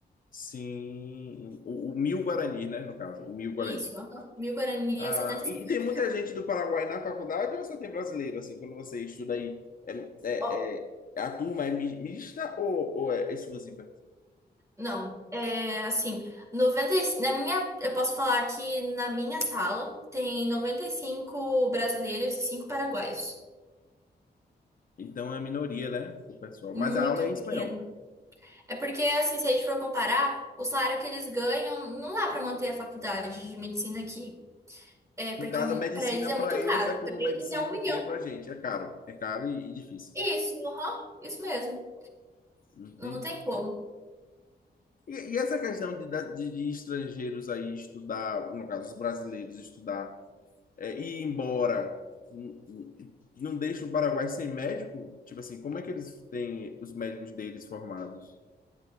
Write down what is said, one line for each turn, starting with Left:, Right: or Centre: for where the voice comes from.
Left: sim. O, o mil guarani, né? No caso, o mil guarani.
Right: Isso, aham. Mil Guarani
Left: Ah,
Right: é 70 centavos
Left: e, e tem muita
Right: de real.
Left: gente do Paraguai na faculdade ou só tem brasileiro, assim, quando você estuda aí? É, é-
Right: Ó,
Left: é- a turma é mi- mista ou, ou é exclusiva?
Right: não, é assim, 90. e- na minha, eu posso falar que na minha sala tem 95 brasileiros e 5 paraguaios.
Left: Então é minoria, né, o pessoal.
Right: Muito
Left: Mas a aula é em espanhol.
Right: pequeno. É porque, assim, se a gente for comparar, o salário que eles ganham não dá pra manter a faculdade de medicina aqui. É porque
Left: No caso,
Right: é um-
Left: a medicina
Right: pra eles é muito
Left: para eles
Right: caro.
Left: é como
Right: Pra eles
Left: medicina
Right: é um milhão.
Left: aqui é para gente. É caro. É caro e, e difícil.
Right: Isso, aham, isso mesmo.
Left: Entendi.
Right: Não tem como.
Left: E, e essa questão de, da- de, de estrangeiros aí estudar, no caso, os brasileiros estudar é, ir embora n- n- não deixa o Paraguai sem médico? Tipo assim, como é que eles têm os médicos deles formados?